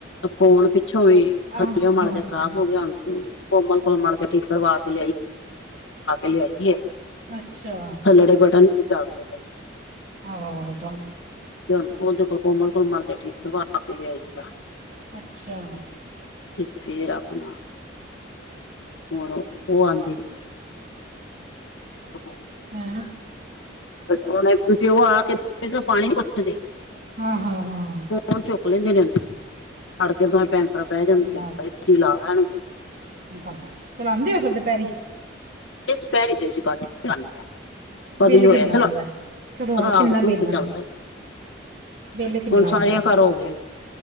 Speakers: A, on the left; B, on the right.
A: ਫੋਨ ਪਿੱਛੋਂ ਵੀ ਥੱਲਿਓ
B: ਆਹ
A: ਮਾੜਾ
B: ਹਾਂ
A: ਜਿਹਾ ਖਰਾਬ
B: ਹਾਂ
A: ਹੋ ਗਿਆ, ਹੁਣ ਕੋਮਲ ਕੋਲ ਮਾੜਾ ਜਿਹਾ ਠੀਕ ਕਰਾ ਕੇ ਲਿਆਈ ਏ, ਆ।
B: ਅੱਛਾ
A: <unintelligible> ਥੱਲੜੇ ਬਟਨ ਈ ਨਹੀਂ ਚੱਲਦੇ। <inaudible>
B: ਹਾਅ, ਦੱਸ
A: ਹੁਣ ਉਹਦੇ ਕੋਲ, ਕੋਮਲ ਕੋਲ ਮਾੜਾ ਜਿਹਾ, ਠੀਕ ਕਰਵਾ ਕੇ ਲਿਆਈ ਆ।
B: ਅੱਛਾ।
A: ਤੇ ਫੇਰ ਆਪਣਾ ਹੁਣ ਉਹ ਆਂਹਦੀ। <inaudible>
B: ਹੈੰ
A: ਉਹਨਾਂ ਦਾ ਪਿਓ, ਆ ਕੇ ਬਹਿ ਜਾਏਗਾ, ਪਾਣੀ ਨਹੀਂ ਪੁੱਛਦੇ।
B: ਹਾਂ -ਹਾਂ, ਹਾਂ।
A: ਫੋਨ ਚੁੱਕ ਲੈਂਦੇ ਨੇ, ਫੜ ਕੇ ਦੋਵੇਂ ਭੈਣ ਭਰਾ ਬਹਿ ਜਾਂਦੇ
B: ਦੱਸ
A: ਨ ਵਿੱਚ ਹੀ ਲਾ ਲੈਣਗੇ।
B: ਦੱਸ, ਚਲਾਉਂਦੇ ਹੋ ਫਿਰ ਦੁਪਹਿਰੀ?
A: ਨਹੀਂ, ਦੁਪਹਿਰੇ ਤੇ ਅਸੀਂ ਘੱਟ ਹੀ ਚਲਉਂਦੇ ਹਾਂ। ਕਦੀ
B: ਬਿੱਲ
A: ਹੋਇਆ,
B: ਕਿੰਨਾ
A: ਚਲੋ,
B: ਆਉਂਦਾ? ਕਦੋਂ
A: ਰਾਤ
B: ਕਿੰਨਾ
A: ਨੂੰ
B: ਬਿੱਲ
A: ਤੇ ਚੱਲਦਾ।
B: ਬਿੱਲ ਕਿੰਨਾ
A: ਹੁਣ,
B: ਆਉਂਦਾ
A: ਸਾਰਿਆਂ ਘਰ ਹੋ ਗਏ ਨੇ।